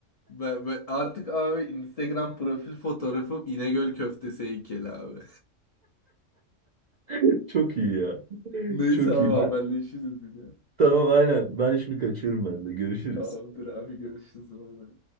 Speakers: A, on the left; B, on the right.
A: Ve, ve artık abi Instagram profil fotoğrafım İnegöl köftesi heykeli abi.
B: <laughs> Çok iyi ya.
A: Neyse
B: Çok
A: abi
B: iyi.
A: haberleşiriz
B: Ben-
A: yine.
B: Tamam aynen. Ben şimdi kaçıyorum ben de. Görüşürüz.
A: Tamamdır abi görüşürüz. Bay bay.